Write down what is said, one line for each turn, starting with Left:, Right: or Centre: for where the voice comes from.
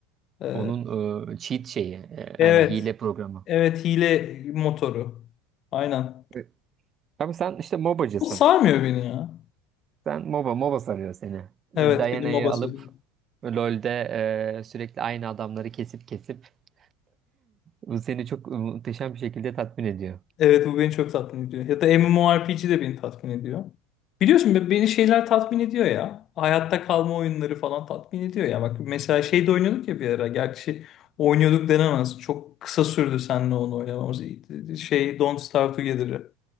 Left: E,
Right: Onun e, cheat şeyi. E,
Left: Evet.
Right: aynen hile programı.
Left: Evet hile motoru. Aynen.
Right: Evet. Ama sen işte MOBA'cısın.
Left: Bu sarmıyor beni ya.
Right: Sen MOBA, MOBA sarıyor seni. E,
Left: Evet
Right: Diana'yı
Left: benim MOBA söylüyor.
Right: alıp LoL'de e, sürekli aynı adamları kesip kesip <laughs> bu seni çok muhteşem bir şekilde tatmin ediyor.
Left: Evet bu beni çok tatmin ediyor. Ya da MMORPG de beni tatmin ediyor. Biliyorsun be- beni şeyler tatmin ediyor ya. Hayatta kalma oyunları falan tatmin ediyor ya. Bak mesela şey de oynuyorduk ya bir ara. Gerçi oynuyorduk denemez. Çok kısa sürdü seninle onu oynamamız. Şey Don't Starve Together'ı.